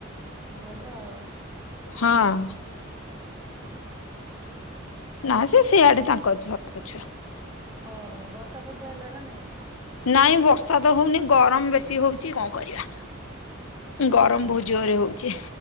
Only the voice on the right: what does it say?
ଭଲ ଆଉ
ଓହୋ ବର୍ଷା ଫର୍ଷା ହେଲା ନା ନାଇଁ?
ଓହୋ